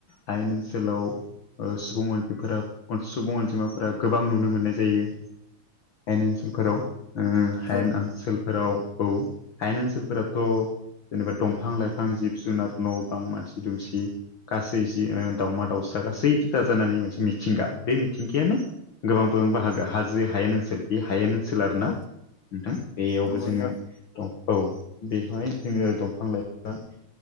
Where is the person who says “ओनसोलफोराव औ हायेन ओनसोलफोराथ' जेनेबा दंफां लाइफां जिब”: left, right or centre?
Left